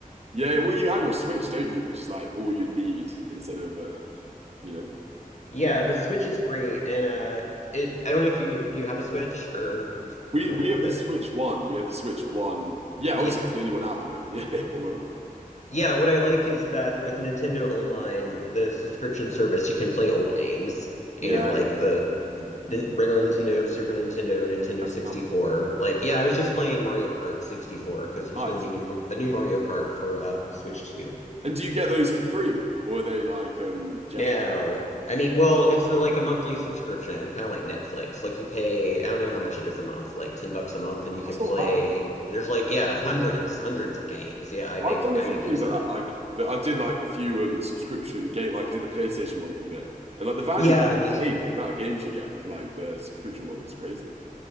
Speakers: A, on the right; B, on the left.
A: Yeah, well, you have your Switch, don't you? Which is like all you'd need instead of uh, you know.
B: Yeah, the Switch is great, and uh, it I don't know if you do you have a Switch or you're
A: We
B: familiar
A: we
B: with
A: have the
B: it.
A: Switch One. We have the Switch One. Yeah, obviously
B: Yeah.
A: that's the only one out at the moment. <laughs> Yeah, one moment.
B: Yeah, what I like is that with Nintendo Online, the subscription service, you can play old games,
A: Yeah,
B: you know, like the nin- regular Nintendo, Super Nintendo, Nintendo
A: that's
B: 64.
A: class.
B: Like, yeah, I was just playing Mario Kart 64 because there's
A: Nice.
B: going to be new, a new Mario Kart for uh, Switch 2.
A: And do you get those for free, or are they like um? Do you
B: No.
A: have to pay?
B: I mean, well, it's the, like a monthly subscription, kind of like Netflix. Like you pay, I don't know how much it is a month, like 10 bucks a month and you can
A: That's
B: play
A: not bad. man.
B: there's like yeah, hundreds, hundreds of games. Yeah, I make
A: I've done a
B: I
A: few
B: make
A: things
B: use
A: like
B: of
A: that.
B: it.
A: Like but I did
B: Yeah.
A: like a few um subscription game. Like I did the PlayStation one for a bit, and like the value
B: Yeah,
A: is
B: me too.
A: insane. Like, the amount of games you get for like the subscription model is crazy.